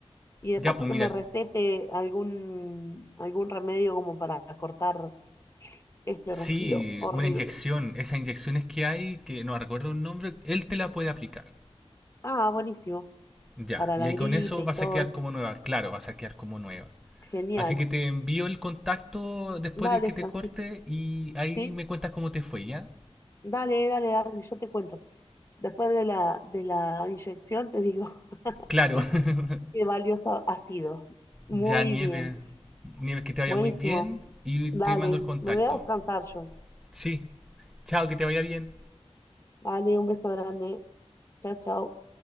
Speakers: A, on the left (about 25°); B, in the centre.
A: Y de
B: Ya,
A: paso
B: pues
A: que
B: mira,
A: me recete algún, algún remedio como para cortar este
B: sí,
A: resfrío horrible.
B: una inyección. Esas inyecciones que hay, que no recuerdo un nombre, él te la puede aplicar.
A: Ah, buenísimo.
B: Ya,
A: Para
B: y
A: la
B: ahí
A: gripe
B: con eso
A: y
B: vas
A: todo
B: a quedar
A: eso.
B: como nueva. Claro, vas a quedar como nueva.
A: Genial.
B: Así que te envío el contacto después
A: Dale,
B: de que
A: Francisco.
B: te corte y ahí
A: ¿Sí?
B: me cuentas cómo te fue, ¿ya?
A: Dale, dale, dale, yo te cuento. Después de la, de la inyección te digo <laughs>
B: Claro, <laughs>
A: qué valioso ha sido. Muy
B: ya nieve.
A: bien.
B: Nieves, que te vaya
A: Buenísimo.
B: muy bien y
A: Dale,
B: te mando el contacto.
A: me voy a descansar yo.
B: Sí, chao, que te vaya bien.
A: Dale, un beso grande. Chao, chao.